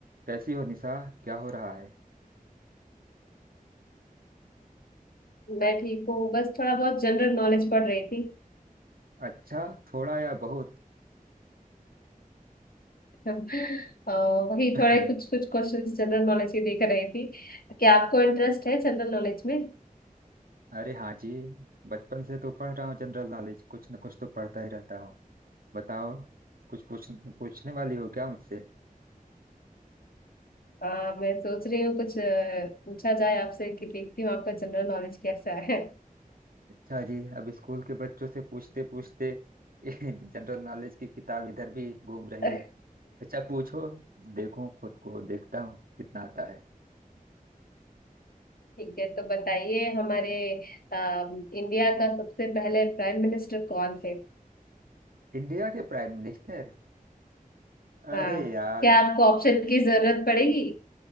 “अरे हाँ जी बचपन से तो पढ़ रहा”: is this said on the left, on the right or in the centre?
Right